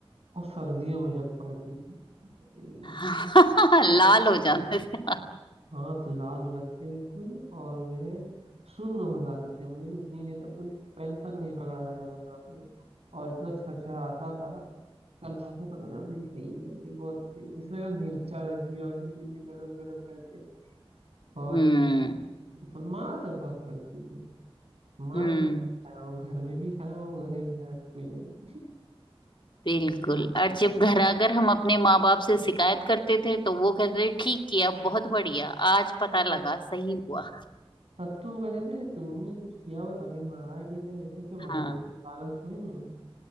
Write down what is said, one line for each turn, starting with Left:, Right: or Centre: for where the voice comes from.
Right: और सर्दियों में जब पड़ती थी अरे
Left: <laughs> लाल हो जाते थे हाथ।
Right: हाथ लाल हो जाते थे बिल्कुल और जो है सुन्न हो जाते थे मतलब कि उतनी देर तक कुछ पेन तक नहीं पकड़ा जाता था हाथ में और इतना छरछराता था कल खाता था तो मैंने अरे सही लग गई बहुत तेज इसमें मैं मिर्चा रख दिया और किसी भी गरम गरम करके बहुत
Left: हम्म
Right: खतरनाक पर मार तो बहुत पड़ती थी मार
Left: हम्म
Right: तो मैं खाया हूँ घर में भी खाया हूँ उधर भी खाया हूँ, स्कूल में भी
Left: बिल्कुल और जब घर आकर हम अपने माँ बाप से शिकायत करते थे तो वो कहते थे ठीक किया बहुत बढ़िया आज पता
Right: हाँ,
Left: लगा सही हुआ
Right: तब तो वो कहते थे तुमने कुछ किया हो तभी मारा है टीचर ने ऐसे क्यों
Left: हाँ
Right: मारेगा टीचर पागल थोड़ी नहीं है?"